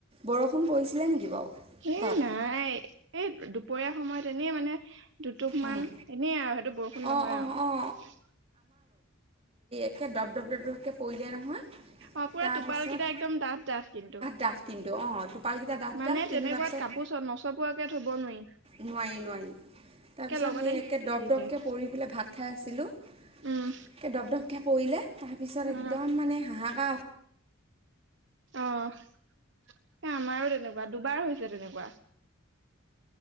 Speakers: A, on the right (about 30°); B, on the right (about 60°).
A: বৰষুণ পৰিছিলে নেকি বাৰু?
B: এ'
A: তাত
B: নাই এই দুপৰীয়া সময়ত এনেই মানে দুটুপ
A: অঁ
B: মান এনে আৰু সেইটো বৰষুণ
A: অঁ
B: নহয়
A: অঁ
B: আৰু।
A: অঁ এ' ডপ-ডপ ডপকে পৰিলে নহয়।
B: অ' পুৰা
A: তাৰপিছত
B: টোপালঘিটা একদম ডাঠ ডাঠ কিন্তু।
A: ডাঠ কিন্তু অঁ টোপালকেইটা ডাঠ
B: মানে
A: ডাঠ কিন্তু
B: তেনেকুৱাত
A: তাৰপিছত
B: কাপোৰ নচপোৱাকে ঠব নোৱাৰি।
A: নোৱাৰি, নোৱাৰি তাৰপিছত
B: একে লগতে
A: সেই একে
B: তিতি
A: ডপ ডপকে
B: যায়
A: পৰি পেলাই ভাত খাই আছিলোঁ এক
B: উম
A: কে ডপ ডপকে পৰিলে তাৰপিছত
B: উম
A: একদম মানে হাহাকাৰ
B: অ'। এ' আমাৰো তেনেকুৱা দুবাৰ হৈছে তেনেকুৱা।